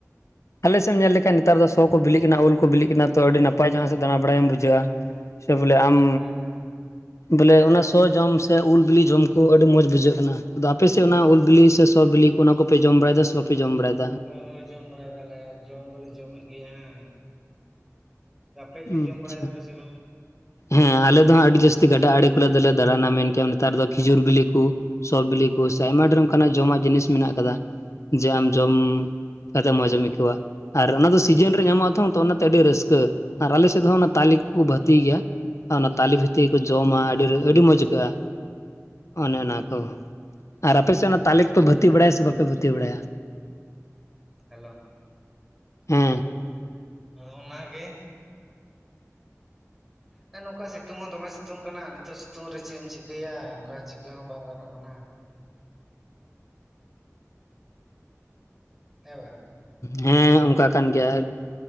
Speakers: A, on the left; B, in the centre.
A: ᱟᱞᱮ ᱥᱮᱫ ᱮᱢ ᱧᱮᱞ ᱞᱮᱠᱷᱟᱱ ᱱᱮᱛᱟᱨ ᱫᱚ ᱥᱚ ᱠᱚ ᱵᱤᱞᱤᱜ ᱠᱟᱱᱟ ᱩᱞ ᱠᱚ ᱵᱤᱞᱤᱜ ᱠᱟᱱᱟ ᱛᱚ ᱟᱹᱰᱤ ᱱᱟᱯᱟᱭ ᱡᱟᱦᱟ ᱥᱮᱫ ᱫᱟᱲᱟ ᱵᱟᱲᱟᱭᱟᱢ ᱵᱩᱡᱷᱟᱹᱜᱼᱟ᱾ ᱥᱮ ᱵᱚᱞᱮ ᱟᱢ
B: ᱦᱮᱸ ᱦᱮᱸ
A: ᱵᱚᱞᱮ ᱚᱱᱟ ᱥᱚ ᱡᱚᱢ ᱥᱮ ᱩᱞ ᱵᱤᱞᱤ ᱡᱚᱢ ᱠᱚ ᱟᱹᱰᱤ ᱢᱚᱸᱡᱽ ᱵᱩᱡᱷᱟᱹᱜ ᱠᱟᱱᱟ ᱟᱫᱚ ᱟᱯᱮ ᱥᱮᱫ ᱚᱱᱟ ᱩᱞ ᱵᱤᱞᱤ ᱥᱮ ᱥᱚ ᱵᱤᱞᱤ ᱚᱱᱟ ᱠᱚᱯᱮ ᱡᱚᱢ ᱵᱟᱲᱟᱭ ᱫᱟ ᱥᱮ ᱵᱟᱯᱮ ᱡᱚᱢ ᱵᱟᱲᱟᱭ ᱫᱟ?
B: ᱦᱳᱭ, ᱦᱳᱭ ᱡᱚᱢ ᱵᱟᱲᱟᱭ ᱫᱟᱞᱮ, ᱡᱚᱢ ᱫᱚᱞᱮ ᱡᱚᱢ ᱮᱫ ᱜᱮᱭᱟ ᱦᱮᱸ ᱟᱯᱮ ᱜᱮ ᱡᱚᱢ
A: ᱟᱪᱪᱷᱟ
B: ᱵᱟᱲᱟᱭ ᱫᱟᱯᱮ ᱥᱮ ᱵᱟᱝ?
A: ᱦᱮᱸ ᱟᱞᱮ ᱫᱚ ᱦᱟᱸᱜ ᱟᱹᱰᱤ ᱡᱟᱹᱥᱛᱤ ᱜᱟᱰᱟᱸ ᱟᱲᱮ ᱠᱚ ᱨᱮ ᱫᱚᱞᱮ ᱫᱟᱲᱟ ᱱᱟ᱾ ᱢᱮᱱ ᱠᱮᱭᱟᱢ ᱱᱮᱛᱟᱨ ᱫᱚ ᱠᱷᱤᱡᱩᱨ ᱵᱤᱞᱤ ᱠᱚ ᱥᱚᱵ ᱵᱤᱞᱤ ᱠᱚ, ᱥᱮ ᱟᱭᱢᱟ ᱰᱷᱮᱨ ᱚᱱᱠᱟ ᱱᱟᱸᱜ ᱡᱚᱢ ᱟᱜ ᱡᱤᱱᱤᱥ ᱢᱮᱱᱟᱜ ᱟᱠᱟᱫᱟ᱾ ᱡᱮ ᱟᱢ ᱡᱚᱢ ᱠᱟᱛᱮᱫ ᱢᱚᱸᱡᱽ ᱮᱢ ᱟᱹᱭᱠᱟᱹᱣᱟ᱾ ᱟᱨ ᱚᱱᱟ ᱫᱚ
B: ᱦᱩᱸ
A: ᱥᱤᱡᱤᱱ ᱨᱮ ᱧᱟᱢᱚᱜᱼᱟ ᱾ᱛᱚ <unintelligible> ᱛᱚ ᱚᱱᱟ ᱛᱮ ᱟᱹᱰᱤ ᱨᱟᱹᱥᱠᱟᱹ ᱟᱨ ᱟᱞᱮ ᱥᱮᱫ ᱦᱚᱸ, ᱚᱱᱟ ᱛᱟᱞᱮ ᱠᱚᱼᱠᱚ ᱵᱷᱟᱹᱛᱤ ᱜᱮᱭᱟ᱾ ᱟᱨ ᱚᱱᱟ ᱛᱟᱞᱮ ᱵᱷᱤᱛᱤᱨ
B: ᱦᱩᱸ
A: ᱠᱚ ᱡᱚᱢᱟ᱾ ᱟᱹᱰᱤ, ᱟᱹᱰᱤ ᱢᱚᱸᱡᱷᱽ ᱟᱹᱭᱠᱟᱹᱜᱼᱟ᱾ ᱚᱱᱮ ᱚᱱᱟ ᱠᱚ, ᱟᱨ ᱟᱯᱮ ᱥᱮᱫ ᱚᱱᱟ ᱛᱟᱞᱮ ᱠᱚ ᱯᱮ ᱵᱷᱟᱹᱛᱤ ᱵᱟᱲᱟᱭᱼᱟ᱾ ᱥᱮ ᱵᱟᱯᱮ ᱵᱷᱟᱹᱛᱤ ᱵᱟᱲᱟᱭᱟ?
B: ᱦᱮᱞᱳ
A: ᱦᱮᱸ
B: ᱚᱱᱟ ᱜᱮ ᱦᱮᱸ ᱱᱚᱝᱠᱟ ᱥᱤᱛᱩᱝ ᱦᱚᱸ ᱫᱚᱢᱮ ᱥᱤᱛᱩᱝ ᱠᱟᱱᱟ᱾ ᱱᱤᱛᱚᱜ ᱥᱤᱛᱩᱝ ᱨᱮ ᱪᱮᱫ ᱮᱢ ᱪᱤᱠᱟᱹᱭᱟ᱾ ᱚᱱᱠᱟ ᱪᱤᱠᱟᱹ ᱦᱚᱸ ᱵᱟᱝ ᱜᱟᱱᱚᱜ ᱠᱟᱱᱟ᱾ ᱦᱮᱸ ᱵᱟᱝ
A: ᱦᱮᱸ ᱚᱱᱠᱟ ᱠᱟᱱ ᱜᱮᱭᱟ᱾